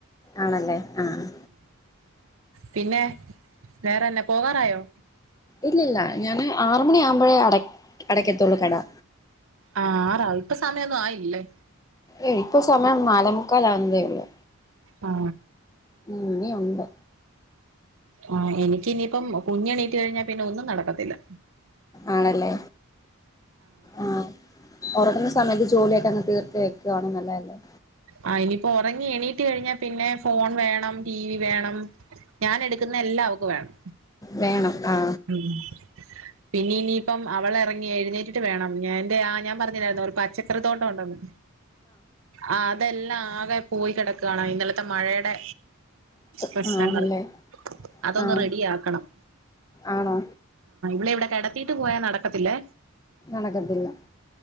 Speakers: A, on the left; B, on the right.
A: ആണല്ലേ ആഹ്
B: പിന്നെ വേറെന്ന പോകാറായോ?
A: ഇല്ലല്ല. ഞാൻ ആറ് മണിയാകുമ്പഴേ അട അടക്കത്തൊള്ളൂ കടാ.
B: ആ ആറാ ഇപ്പസമയൊന്നായില്ലേ
A: ഏയ് ഇപ്പൊ സമയം നാലേമുക്കാലാകുന്നതേ ഉള്ളൂ
B: ആ
A: ഉം ഇനിയുണ്ട്
B: ആ എനിക്ക് ഇനിയിപ്പം കുഞ്ഞ് എണീറ്റ് കഴിഞ്ഞാ പിന്നെ ഒന്നും നടക്കത്തില്ല
A: ആണല്ലേ ആ ഉറങ്ങുന്ന സമയത്ത് ജോലിയൊക്കെ അങ്ങ് തീർത്ത് വെക്കുവാണേൽ നല്ലതല്ലേ
B: ആ ഇനിപ്പോ ഒറങ്ങി എണീറ്റ് കഴിഞ്ഞാ പിന്നെ ഫോൺ വേണം ടി വി വേണം ഞാൻ എടുക്കുന്ന എല്ലാം അവ്ക്ക് വേണം
A: വേണം ആ
B: ഉം പിന്നെ ഇനിയിപ്പം അവള് ഇറങ്ങി എഴുന്നേറ്റിട്ട് വേണം ഞാഎന്റെ ആ ഞാൻ പറഞ്ഞില്ലായിരുന്നോ ഒരു പച്ചക്കറി തോട്ടം ഉണ്ടെന്ന് ആ അതെല്ലാം ആകെ പോയ്‌ കെടക്കേണ് ഇന്നലത്തെ മഴേടെ
A: ആഹ്
B: പ്രശ്നങ്ങള്
A: ആണല്ലേ
B: അതൊന്ന്
A: ആഹ്
B: റെഡിയാക്കണം
A: ആണോ
B: ല്ലെ ഇവിടെ കെടത്തിട്ട് പോയാ ന്നടക്കത്തില്ലേ
A: നടക്കത്തില്ല